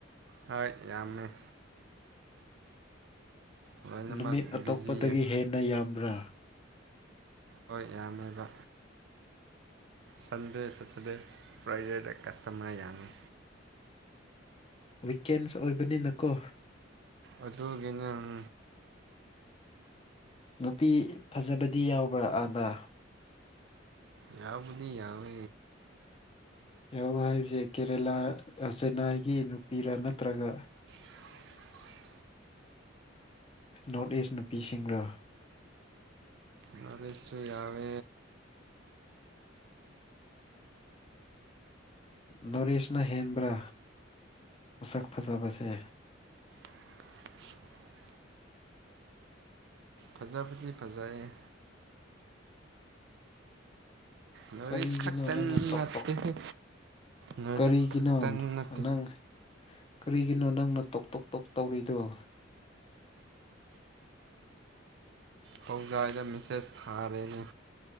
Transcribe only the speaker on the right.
ꯍꯣꯏ ꯌꯥꯝꯃꯦ ꯂꯣꯏꯅꯃꯛ
ꯕꯤꯖꯤꯌꯦ
ꯍꯣꯏ ꯌꯥꯝꯃꯦꯕ ꯁꯟꯗꯦ ꯁꯊꯔꯦ ꯄ꯭ꯔꯥꯏꯚꯦꯠ ꯀꯁꯇꯃꯔ ꯌꯥꯉ
ꯑꯗꯨꯊꯒꯤꯅꯦꯪ
ꯌꯥꯕꯗꯤ ꯌꯥꯕ
<unintelligible>
ꯃꯔ ꯏꯁ ꯌꯥꯕ
<unintelligible> ꯐꯖꯕꯗꯤ ꯐꯖꯩꯌꯦꯦ ꯅꯣꯔꯠ
ꯏꯁ ꯈꯛꯇꯪ
ꯅꯠꯇꯦꯍꯦ
ꯅꯣꯔꯠ
ꯏꯁ ꯈꯛꯇꯪ ꯅꯠꯇꯦ
ꯄꯥꯎꯖꯥꯏꯗ ꯃꯦꯁꯦꯁ ꯊꯥꯔꯦꯅꯦ